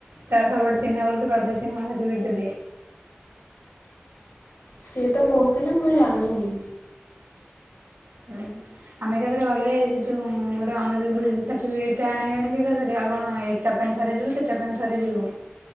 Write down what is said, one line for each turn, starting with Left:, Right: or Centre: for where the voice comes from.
Right: ତାର ସବୁ ଆଡେ ଚିହ୍ନା ବୋଲି ସେ କହିଦଉଛି ହଁ ସେ ଦେବେ।
Left: ସିଏ ତ କହୁଥିଲା ମୁଁ ଜାଣିନି।
Right: ହୁଁ ହୁଁ ଆମେ ଏକା ଥରେ ଗଲେ ସେ ଯଉ ଗୋଟେ ଅନୁଜୁଗୁରୁସାର୍ଟିଫିକେଟଟେ ଆଣିବାନିକି ଏକା ଥରେ ଆଉ କଣ ଏ ଟା ପାଇଁ ଥରେଯିବୁ ସେଟା ପାଇଁ ଥରେଯିବୁ।